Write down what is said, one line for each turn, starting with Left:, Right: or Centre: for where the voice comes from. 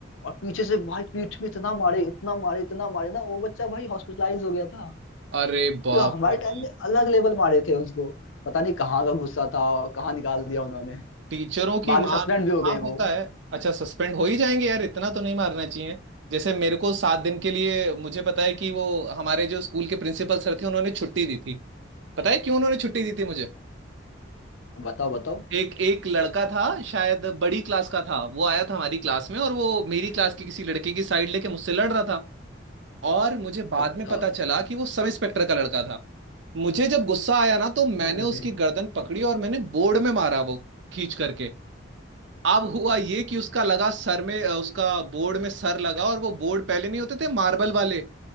Left: और पीछे से भाई पीठ में इतना मारे इतना मारे इतना मारे ना वो बच्चा भाई हॉस्पिटलाइज हो गया था
Right: अरे बाप
Left: क्यों हमारे
Right: रे
Left: टाइम
Right: बाप
Left: में अलग लेवल मारे थे उसको पता नहीं कहाँ का गुस्सा था और कहाँ निकाल दिया उन्होंने
Right: टीचरों की
Left: बाद
Right: मार
Left: में सस्पेंड भी हो
Right: हाँ
Left: गए
Right: होता
Left: वो
Right: है अच्छा सस्पेंड हो ही जाएंगे यार इतना तो नहीं मारना चाहिए जैसे मेरे को सात दिन के लिए मुझे पता है कि वो हमारे जो स्कूल के प्रिंसिपल सर थे उन्होंने छुट्टी दी थी पता है क्यों उन्होंने छुट्टी दी थी मुझे
Left: बताओ बताओ
Right: एक एक लड़का था शायद बड़ी क्लास का था वो आया था हमारी क्लास में और वो मेरी क्लास की किसी लड़के की साइड लेके मुझसे लड़ रहा था और मुझे बाद
Left: अच्छा
Right: में पता
Left: अच्छा
Right: चला
Left: अच्छा
Right: कि वो सब इंस्पेक्टर का लड़का था मुझे जब गुस्सा आया ना तो मैंने
Left: अरे
Right: उसकी गर्दन पकड़ी और मैंने बोर्ड में मारा वो खींच करके अब हुआ ये कि उसका लगा सर में अ, उसका बोर्ड में सर लगा और वो बोर्ड पहले नहीं होते थे मार्बल वाले